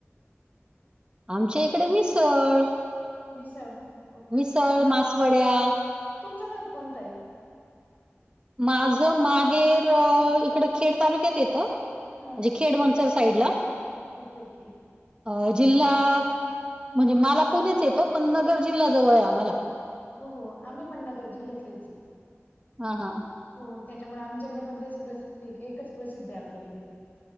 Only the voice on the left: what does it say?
मिसळ ओके
ओके आम
तुमचा भाग कोणता आहे
हा
ओके ओके
हो हो आम्ही बडनगर जिल्ह्यातलेच आहे
हो त्याच्यामुळे आमच्याकडे पण तेच प्र एकच प्रसिद्ध आहे आपल्याकडे